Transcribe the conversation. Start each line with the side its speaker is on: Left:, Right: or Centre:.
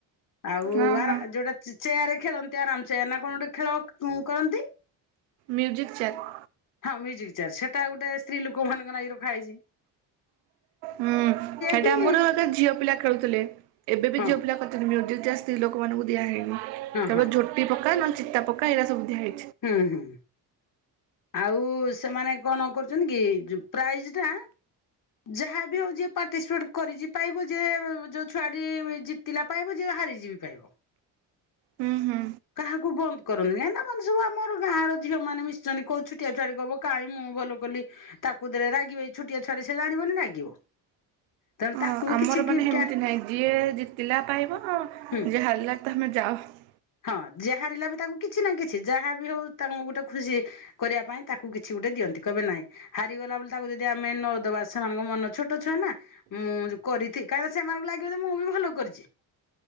Left: ଆଉ
Right: ହଁ
Left: ଆ
Right: ହଁ।
Left: ଯୋଉଟା। ଚେୟାରରେ ଖେଳନ୍ତି ଆରାମ ଚେୟାର ନା କଣ ଗୋଟେ ଖେଳ କରନ୍ତି।
Right: Music chair.
Left: ହଁ ମ୍ୟୁଜିକ ଚେୟାର ସେଟା ଗୋଟେ ସ୍ତ୍ରୀ ଲୋକ ମାନଙ୍କ ନାଗି। ଖାଇଛି।
Right: ହୁଁ ସେଟା
Left: ବି
Right: ଆମର ଏକ ଝିଅ ପିଲା ଖେଳୁଥିଲେ ଏବେ ବି
Left: ହଁ
Right: ଝିଅ ପିଲା <inaudible> ଜଷ୍ଟ ଲୋକମାନମାନଂକୁ ଦିଆହେଇନି।
Left: ହଁ
Right: କେବଳ
Left: ହଁ
Right: ଝୋଟି ପକାଏ ନ ଚିତା ପକା ଏରା ସବୁ ଦିଆହେଇଛି।
Left: ହୁଁ ହୁଁ ଆଉ ସେମାନେ କଣ କରୁଛନ୍ତି କି ପ୍ରାଇଜ ଟା ଯାହାବ ଆଉ ଯ ପାର୍ଟିସିପେଟ କରିବ ଯ ଯୋଉ ଛୁଆଡି ଜିତିଲା ପାଇବ ଯ ହାରିଯିବ ପାଇବ
Right: ହୁଁ ହୁଁ
Left: କାହାକୁ ବନ୍ଦ କରନ୍ତିନି ହେନା ସବୁ ଆମର ଗାଁର ଝିଅ ମାନ ମିଶଛନ୍ତି କୋଉ ଛୋଟିଆ ଛୁଆଡି କବ କାହିଁ ମୁଁ ଭଲ କଲି ତାକୁ ଦେରେ ରାଗିବେ ଏଇ ଛୋଟିଆ ଛୁଆଡି ସେ ଜାଣିବନି ରାଗିବ। ତେଣୁ
Right: ହଁ
Left: ତାକୁ ବି
Right: ଆମର
Left: କିଛି ଗିଫ୍ଟ
Right: ମାନେ ସେମିତି ନାହିଁ ଯିଏ ଜିତିଲା ପାଇବ ଯିଏ
Left: ହୁଁ
Right: ହାରିଲା। ତମେ ଯାଅ।
Left: ହଁ ଯ ହାରିଲା ବି ତାକୁ କିଛି ନା କିଛି ଯାହା ବିି ହଉ ତାଙ୍କୁ ଗୋଟେ ଖୁସି କରିବା ପାଇଁ ତାକୁ କିଛି ଗୋଟେ ଦିଅନ୍ତି କହିବେ ନାାଇଁ ହାରିଗଲା ବୋଲି ତାକୁ ଯଦି ଆମେ ନଦବା ସେମାନଙ୍କ ମନ ଛୋଟ ଛୁଆ ନା ମୁଁଉ କରିଥିଲି କାଁକିନା ସେମାନଙ୍କୁ ଲାଗିବ ଯେ ମୁଁ ବି ଭଲ କରିଛି।